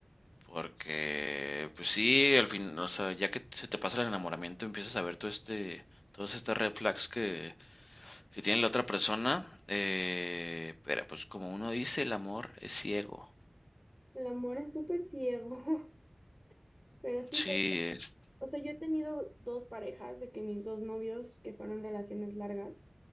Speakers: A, on the left; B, in the centre.
A: porque, pues sí, al fin, o sea, ya que se te pasa el enamoramiento, empiezas a ver todo este, todas estas red flags que, que tiene la otra persona. eh, pero, pues, como uno dice, el amor es ciego.
B: El amor es súper ciego, <laughs> pero sí,
A: Sí,
B: pues,
A: es-
B: o sea, yo he tenido dos parejas de que mis dos novios que fueron relaciones largas.